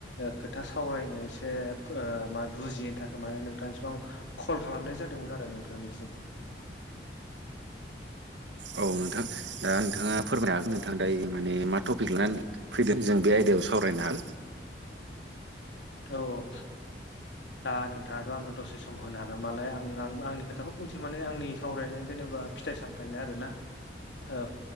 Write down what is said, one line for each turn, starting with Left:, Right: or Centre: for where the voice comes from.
Left: ओ खोथा सावरायनो सो बुजिनो थाखाय माने नोंथांनिसिम आं कल खालामनाय जादोंमोन आरो नोंथांनिसिम
Right: औ नोंथां दा नोंथाङा फोरमायनो हागोन
Left: औ
Right: नोंथाङा दायो माने मा टपिक लानानै फैदों जों बे आयदायाव सावरायनो हागोन
Left: औ औ दा नोंथाङाथ' आंनो दसे सम होनो हागोनबालाय आं आं आंनि खोथाखौ बुंसै माने आंनि सावरायनाय जेन जेनेबा फिथाइ सामथायनि आरो ना औ